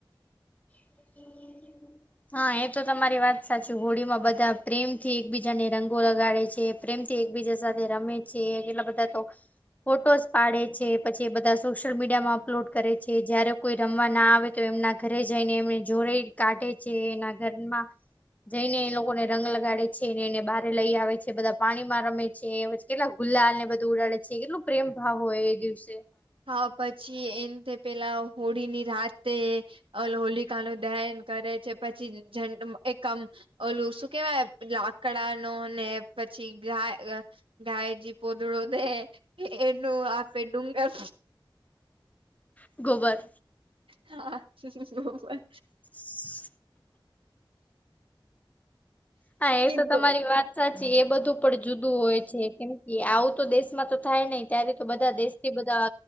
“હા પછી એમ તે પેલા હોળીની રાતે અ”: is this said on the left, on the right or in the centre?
Right